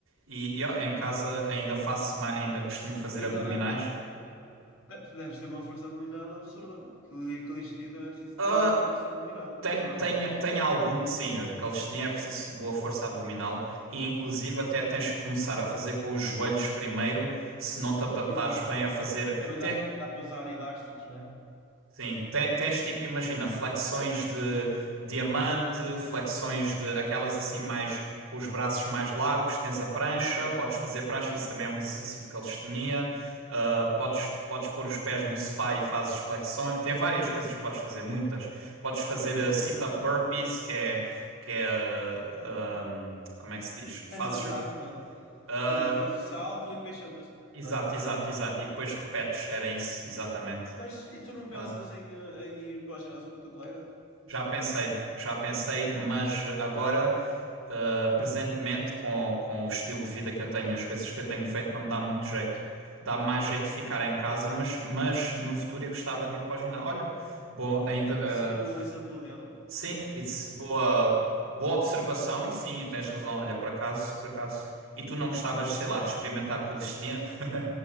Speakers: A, on the right (about 75°); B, on the left (about 75°).
A: E, e, ó,
B: porra.
A: em casa ainda faço, ma- ainda costumo fazer
B: Então,
A: abdominais.
B: deve, Deve- Deves ter uma força abdominal absurda. Aquilo de calistenia também é preciso
A: Ah,
B: ter muita força abdominal,
A: tem,
B: ou não?
A: tem, tem alguma. Sim, a calistenia é preciso boa força abdominal e, inclusive, até tens que começar a fazer com os joelhos primeiro, se não te adaptares
B: Exato.
A: bem a fazer.
B: E também
A: Tem,
B: dá, dá para usar elásticos, não é?
A: Sim, Ten- tens tipo, imagina, flexões de diamante, flexões de aquelas assim mais com os braços mais largos, tens a prancha,
B: Mais largos.
A: podes fazer prancha,
B: Uhum.
A: isso também é um exercício de calistenia, Ah, podes,
B: Exato.
A: podes pôr os pés no sofá e fazes flexões, tem várias coisas que podes fazer, muitas. Podes fazer
B: Exato.
A: ah, sit-up burpees, que é, que é ah, ahm, como é que se diz? Fazes,
B: É sentado, não é?
A: ah,
B: Ou faz o salto e depois sentas-te,
A: exato,
B: não é?
A: exato,
B: Ou não?
A: exato, e depois repetes, era isso, exatamente.
B: Mas e tu não pensas
A: Ah,
B: em, eh, em ir para o ginásio com o teu colega?
A: Já pensei, já pensei, mas agora, eh, presentemente, com, com o estilo de vida que eu tenho, as coisas que eu tenho feito, não me dá muito jeito. Dá mais jeito de ficar em casa, mas, mas no futuro eu gostava de ir para o ginásio. Olha, bom, ainda, eh,
B: seguir o exemplo dele.
A: sim, it's boa, boa observação e sim, tens razão. Olha, por acaso, por acaso. E tu não gostavas, sei
B: E
A: lá,
B: eh,
A: de experimentar calistenia? <laughs>